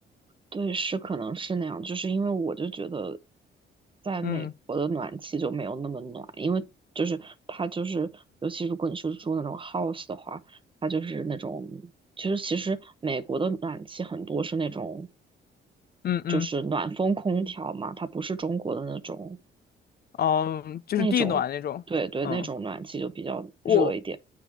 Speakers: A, on the right; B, on the left.
A: 对，是可能是那样，就是因为我就觉得，在美国的暖气就没有那么暖，
B: 嗯
A: 因为就是它就是，尤其如果你是住那种 house 的话，它就是那种，其实其实美国的暖气很多是那种，
B: 嗯嗯，
A: 就是暖风空调嘛，它不是中国的那种
B: 嗯，就是地暖那种，
A: 那种，对对，
B: 嗯
A: 那种暖气就比较热一点。
B: 我